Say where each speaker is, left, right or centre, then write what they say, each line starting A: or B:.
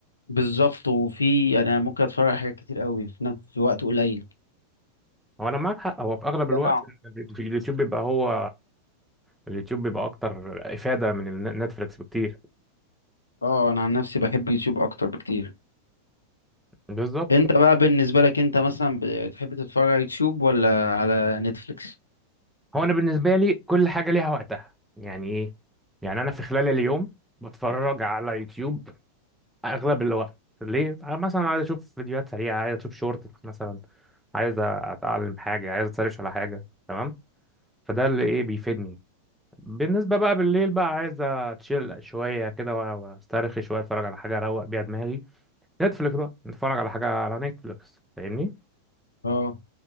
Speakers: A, on the left; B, in the centre.
A: بالظبط وفي أنا ممكن أتفرج على حاجات كتير قوي في نفس في وقت قليل
B: هو انا معاك حق هو في اغلب الوقت
A: تنوع
B: اليوتيوب بيبقى هو اليوتيوب بيبقى اكتر افاده من الن- نتفليكس بكتير
A: اه أنا عن نفسي بحب يوتيوب أكتر بكتير
B: بالظبط
A: انت بقى بالنسبة لك انت مثلا بتحب تتفرج على يوتيوب ولا على نتفليكس
B: هو انا بالنسبه لي كل حاجه ليها وقتها يعني ايه يعني انا في خلال اليوم بتفرج على يوتيوب اغلب الوقت ليه أنا مثلا عايز اشوف فيديوهات سريعه عايز اشوف شورت مثلا عايز اتعلم حاجه عايز اتسرش على حاجه تمام فده اللي ايه بيفيدني بالنسبه بقى بالليل بقى عايز اتشيل شويه كده و- واسترخي شويه اتفرج على حاجه اروق بيها دماغي نتفليكس بقى نتفرج على حاجة على نتفليكس فاهمني
A: اه